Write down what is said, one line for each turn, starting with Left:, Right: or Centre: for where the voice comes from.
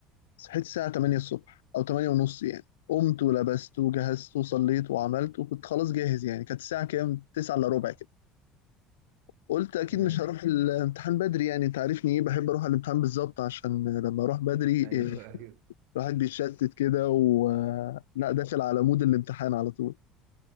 Left: صحيت الساعة 8 الصبح أو 8 ونص يعني قمت ولبست وجهزت وصليت وعملت وكنت خلاص جاهز يعني كانت الساعة كام 9 إلا ربع كده قلت أكيد
Right: تمام
Left: مش هروح الامتحان بدري يعني أنت عارفني إيه بحب أروح على الامتحان بالظبط عشان لما أروح بدري
Right: ايوه
Left: إيه،
Right: <laughs> ايوه
Left: الواحد بيتشتت كده و آه، لا داخل على مود الامتحان على طول